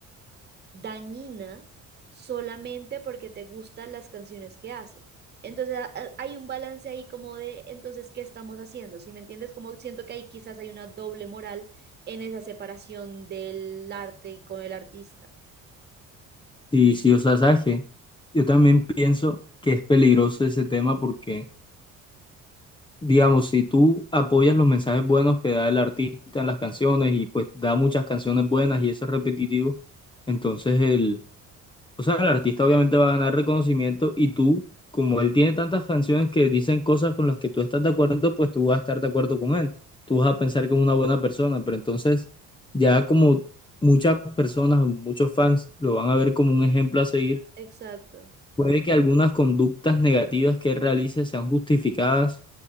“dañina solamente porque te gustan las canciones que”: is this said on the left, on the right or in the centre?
Right